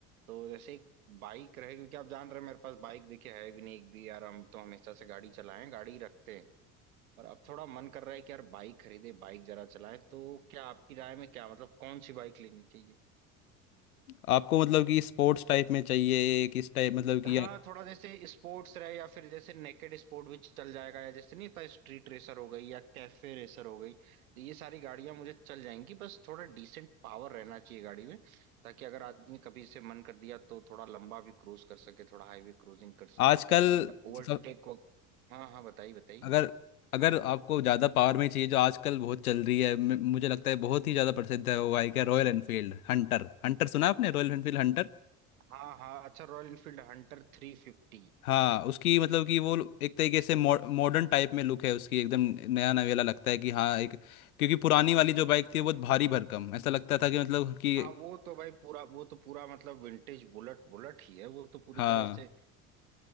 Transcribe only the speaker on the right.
तो जैसे एक बाइक रहे क्योंकि आप जान रहे हैं मेरे पास बाइक देखिए है भी नहीं एक भी यार हम तो हमेशा से गाड़ी चलाएं गाड़ी रखते हैं और अब थोड़ा मन कर रहा है कि यार बाइक खरीदे बाइक जरा चलाएं तो क्या आपकी राय में क्या मतलब कौन सी बाइक लेनी चाहिए
हाँ
थोड़ा जैसे स्पोर्ट्स रहे या फिर जैसे नेकेड स्पोर्ट भी चल जाएगा या जैसे नहीं था स्ट्रीट रेसर हो गई या कैफे रेसर हो गई तो ये सारी गाड़ियां मुझे चल जाएंगी बस थोड़ा डिसेंट पावर रहना चाहिए गाड़ी में ताकि अगर आदमी कभी से मन कर दिया तो थोड़ा लंबा भी क्रूज कर सके थोड़ा हाईवे क्रूजिंग कर सके
या ओवरटेक
हो हाँ हाँ बताइए बताइए
हाँ हाँ अच्छा रॉयल इनफील्ड हंटर थ्री फिफ्टी
हाँ वो तो भाई पूरा वो तो पूरा मतलब विंटेज बुलेट बुलेट ही है वो तो पूरी
तरह से